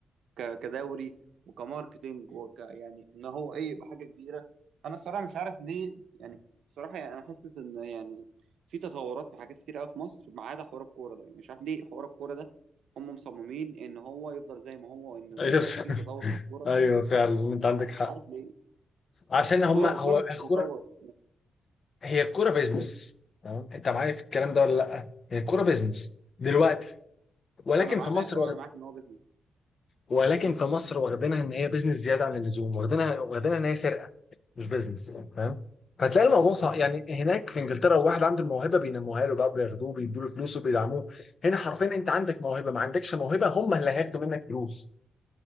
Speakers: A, on the right; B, on the left.
A: ك- كدوري وكماركتينج وك يعني ان هو ايه يبقى حاجه كبيره انا الصراحه مش عارف ليه يعني الصراحه يعني انا حاسس ان يعني في تطورات في حاجات كتير قوي في مصر ما عدا حوار الكوره ده يعني مش عارف ليه حوار الكوره ده هم مصممين ان هو يفضل زي ما هو ان
B: <laughs>
A: ما يبقاش فيه تطور في الكوره
B: ايوه فعلا انت
A: مش
B: عندك
A: ع-
B: حق
A: مش عارف ليه
B: عشان
A: يعني
B: هم
A: الكوره
B: هو
A: الكورة مش
B: الكوره
A: بتتطور
B: هي الكوره بيزنس تمام انت معايا في الكلام ده ولا لا هي الكوره بيزنس دلوقتي ولكن
A: انا معاك
B: في مصر
A: اه
B: واخد...
A: انا معاك ان هو بيزنس
B: ولكن في مصر واخدينها ان هي بيزنس زياده عن اللزوم واخدينها واخدينها ان هي سرقه مش بيزنس فاهم فتلاقي الموضوع صعب يعني هناك في انجلترا لو واحد عنده الموهبه بينموها له بقى بياخدوه بيدوا له فلوس وبيدعموه هنا حرفيا انت عندك موهبه ما عندكش موهبه هم اللي هياخدوا منك فلوس